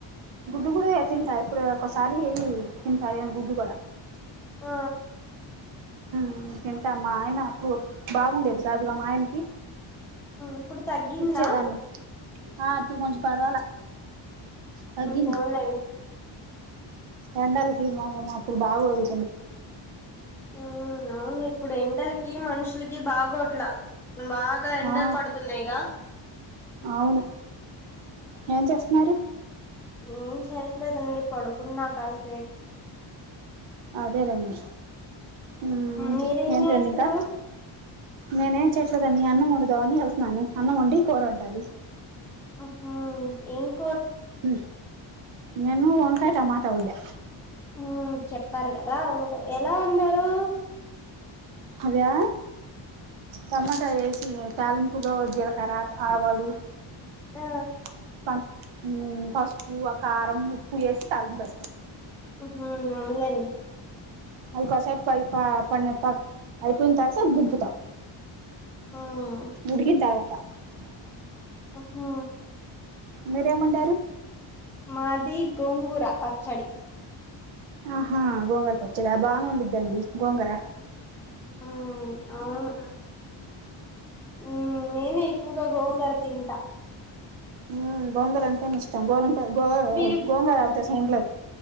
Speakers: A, on the right; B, in the centre.
A: గుడ్డు గూడా ఏ తింటా ఇప్పుడువ ఒక సారీ తిన్ తాలీను గుడ్డు కూడ
B: ఆ
A: మ్ తింటా మా ఆయన <unintelligible> బాగుండేది కాదుగా మాఆయనకి
B: ఇప్పుడు తగ్గిందా
A: ఇచ్చేదాన్ని ఆ ఇప్పుడు కొంచెం పర్వాలా తగ్గింది
B: పోన్లేండి
A: ఎండలకిమా మా మా ప్పుడు బాగోదు
B: ఉమ్ అవును ఇప్పుడు ఎండలకి మనుషుల కి బాగో ట్లా బాగా ఎండలు
A: ఆ
B: పడుతున్నాయిగా
A: అవును ఏం చేస్తున్నారు
B: ఉం చేయట్లేదండి పడుకున్నా కాస్
A: అదే రండి ఉమ్
B: మీరేం
A: ఏంటండీ
B: చేస్తున్నారు
A: ఇంకా నేనేం చేసేదాన్ని అన్నం వండు దోని <unintelligible> నను అన్నం వొండి కూరొండాలి
B: ఉమ్ ఎ
A: ఉహ్ మేము వంకాయ్ టమా త వండా
B: ఊ చెప్పారు కదా ఉంట <unintelligible> ఎలా వొండారు
A: అవ్యా టమాటా
B: మ్మ్
A: వేసి తాలింపులో జీలకర్ర ఆవాలు
B: ఆ
A: <unintelligible> పసుపు ఆ కారం ఉప్పు వేసి తళింపేస్తాం
B: హ అవునులేండి
A: అదికోసేపు పైప పన్నాక అయిపోయిన తర్వాత దింపుతాం
B: మ్మ్
A: ఉడికిన తర్వాత <unintelligible>
B: ఊ హూ
A: మీరెవండారు
B: మాది గొంగుర పచ్చడి
A: ఆహా గోంగర పచ్చడా బానే ఉండద్దండి గోంగర
B: మ్మ్ అవును ఊ నేనే ఎక్కువగా గోంగర తింటా
A: ఉ గోంగూర అంటేనే ఇష్ట గోలుంటది గో
B: మీరు కు
A: గోంగూర రాపోతసం ఉండ్లే